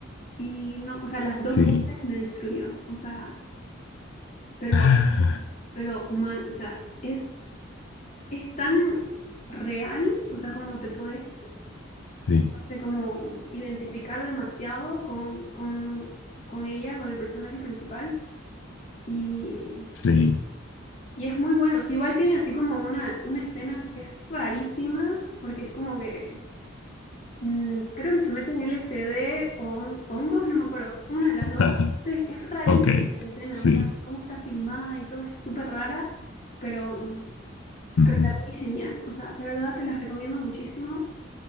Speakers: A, on the left; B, on the left.
A: Y no, o sea, las dos
B: sí,
A: veces me destruyó. O sea, pero,
B: <laughs>
A: pero mal. O sea, es es tan real, o sea, como te puedes, no
B: sí,
A: sé, como identificar demasiado con, con, con ella, con el personaje principal. Y,
B: sí,
A: y es muy bueno. O sea, igual tiene así como una, una escena que es rarísima, porque es como que mm, creo que se mete en L S D o hon- hongos, no me acuerdo, una de las
B: <laughs>
A: dos. Entonces, es rarísima
B: ok,
A: la escena,
B: sí,
A: o sea, cómo está filmada y todo es súper rara, pero, mm,
B: ujú,
A: pero la peli es genial. O sea, de verdad te las recomiendo muchísimo.